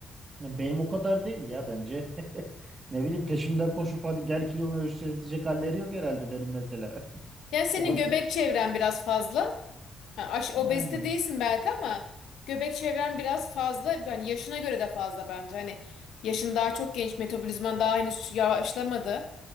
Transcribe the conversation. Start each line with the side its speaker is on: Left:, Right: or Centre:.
Right: Ya benim o kadar değil ya bence. <laughs> Ne bileyim peşimden koşup hadi gel kilonu ölçeceğiz diyecek halleri yok herhalde benim mesela.
Left: Yani senin
Right: O kadar
Left: göbek çevren biraz fazla. Ha, aş
Right: yani
Left: obezite değilsin belki ama göbek çevren biraz fazla. Yani yaşına göre de fazla bence. Hani yaşın daha çok genç, metabolizman daha henüz yavaşlamadı.